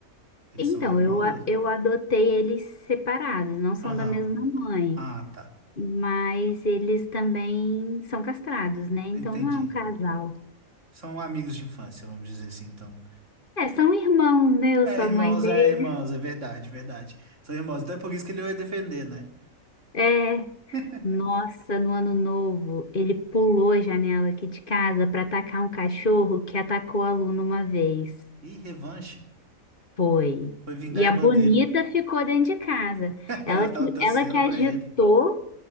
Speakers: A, on the right (about 60°); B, on the left (about 40°).
A: Eles
B: Então,
A: são irmãos?
B: eu, a-
A: ou-
B: eu adotei eles separados, não são
A: Aham.
B: da mesma mãe.
A: Ah, tá.
B: mas eles também são castrados, né? Então
A: Entendi.
B: não é um casal.
A: São amigos de infância, vamos dizer assim, então.
B: É, são irmãos, né? Eu
A: É,
B: sou
A: irmãos,
B: a mãe dele.
A: é, irmãos, é verdade, verdade. São irmãos. Então é por isso que ele vai defender, né?
B: É.
A: <laughs>
B: Nossa, no ano novo, ele pulou a janela aqui de casa para atacar um cachorro que atacou a Luna uma vez.
A: Ih, revanche.
B: Foi.
A: Foi vingar
B: E
A: a
B: a
A: irmã
B: Bonita
A: dele.
B: ficou dentro de casa.
A: <laughs>
B: Ela
A: Ela tava
B: que,
A: torcendo
B: ela que agitou,
A: pra ele.